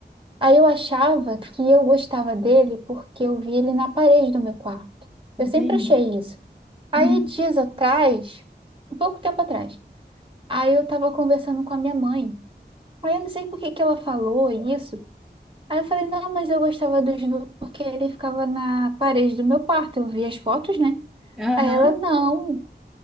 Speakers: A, on the right; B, in the centre.
A: Aí eu achava que eu gostava dele porque eu vi ele na parede do meu quarto. Eu
B: entende?
A: sempre achei isso. Aí
B: <laughs>
A: dias atrás, um pouco tempo atrás, aí eu tava conversando com a minha mãe. Aí eu não sei por que que ela falou isso. Aí eu falei, não, mas eu gostava do Snoopy porque ele ficava na parede do meu quarto, eu via as fotos, né?
B: Aham.
A: Aí ela, não.